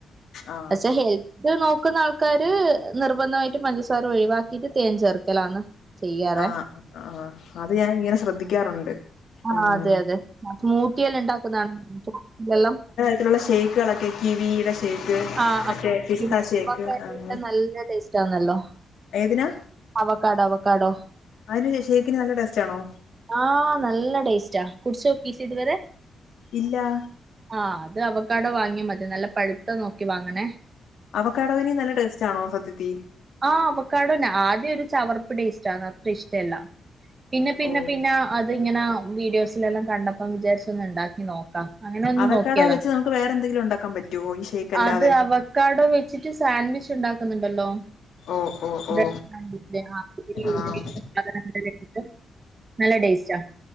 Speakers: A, on the left; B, on the right.
A: ആഹ്
B: പക്ഷെ ഹെൽ ഇത് നോക്കുന്ന ആൾക്കാര് നിർബന്ധമായിട്ട് പഞ്ചസാര ഒഴിവാക്കിട്ട് തേൻ ചേർക്കലാണ് ചെയ്യാറേ
A: ആഹ് ആഹ് അത് ഞാൻ ഇങ്ങനെ ശ്രദ്ധിക്കാറുണ്ട്
B: ആഹ്
A: ഉം
B: അതെ അതെ സ്മൂത്തി എല്ലാം ഉണ്ടാക്കുന്നതെല്ലാം
A: ത്തിലുള്ള ഷേക്കുകളൊക്കെ കിവിയുടെ ഷേക്ക്
B: ആഹ്
A: മറ്റേ
B: ആഹ്
A: പിസ്ത
B: <unintelligible>
A: ഷേക്ക് അങ്ങനെ
B: ട്ട നല്ല ടേസ്റ്റ് ആണല്ലോ
A: ഏതിനാ
B: അവക്കാഡോ അവക്കാഡോ
A: അതിന് ഷേക്കിന് നല്ല ടേസ്റ്റാണോ
B: ആഹ് നല്ല ടേസ്റ്റാ കുട്ച്ചോക്കിയിട്ടില്ലേ ഇതുവരെ
A: ഇല്ലാ
B: ആഹ് അത് നമുക്ക് അവടെ വാങ്ങിയാ മതി നല്ല പഴുത്ത നോക്കി വാങ്ങണേ
A: അവക്കെടവന് നല്ല ടേസ്റ്റ് ആണോ സത്യത്തി
B: ആഹ് അവക്കെടോ ആദ്യം ഒരു ചവർപ്പ് ടേസ്റ്റാണ് അത്ര ഇഷ്ടല്ല പിന്നെ പിന്നെ
A: ഓ
B: പിന്നെ അത് ഇങ്ങനെ വീഡിയോസിലെല്ലാം കണ്ടപ്പം വിചാരിച്ച് ഒന്ന് ഉണ്ടാക്കി നോ ക്ക അങ്ങനെ ഒന്ന്
A: അവക്കാടോ
B: നോക്കിയതാ
A: വെച്ച് നമുക്ക് വേറെ എന്തെങ്കിലും ഉണ്ടാക്കാൻ പറ്റുവോ ഈ ഷേക്ക് അല്ലാതെ
B: അത് അവ കടോ വെച്ചിട്ട് സാൻഡ്വിച്ച് ഉണ്ടാക്കുന്നുണ്ടല്ലോ
A: ഓ ഓ
B: <unintelligible>
A: ഓ ആഹ്
B: നല്ല ടേസ്റ്റാ